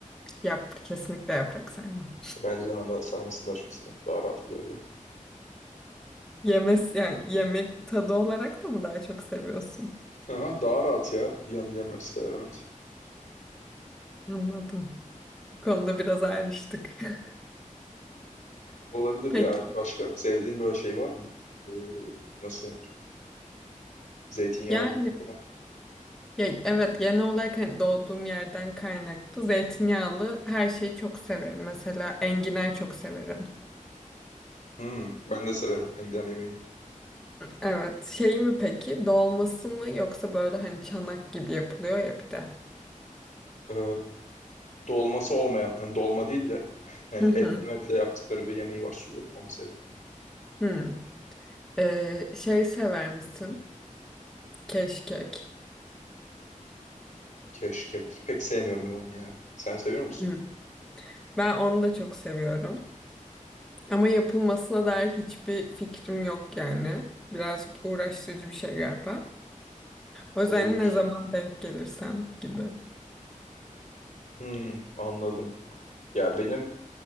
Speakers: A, in the centre; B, on the left.
A: Yap, kesinlikle yaprak sarma.
B: Ben lahana sarmasını daha çok seviyorum. Daha rahat oluyor diye.
A: Yemes, yani yemek tadı olarak da mı daha çok seviyorsun?
B: Aha, daha rahat ya. Yan yemesi de rahat.
A: Anladım. Bu konuda biraz ayrıştık. <laughs>
B: Olabilir
A: Peki.
B: ya. Başka sevdiğin böyle şey var mı? Ee, nasıl? denir? Zeytinyağlı
A: Yani
B: falan.
A: ya, evet genel olarak hani doğduğum yerden kaynaklı zeytinyağlı her şeyi çok severim. Mesela enginar çok severim.
B: Hmm, ben de severim enginar yemeğini.
A: Evet. Şey mi peki? Dolması mı yoksa böyle hani çanak gibi yapılıyor ya bir de.
B: Ee, dolması olmayan, hani dolma değil de yani
A: Hı
B: etle
A: hı.
B: metle yaptıkları bir yemeği var sulu. Onu seviyorum.
A: Hı. Ee, şey sever misin? Keşkek.
B: Keşkek. Pek sevmiyorum ben onu ya. Sen seviyor musun?
A: Hı. Ben onu da çok seviyorum. Ama yapılmasına dair hiçbir fikrim yok yani. Birazcık uğraştırıcı bir şey galiba. O yüzden
B: Olabilir.
A: ne zaman denk gelirsem gibi.
B: Hmm, anladım. Ya benim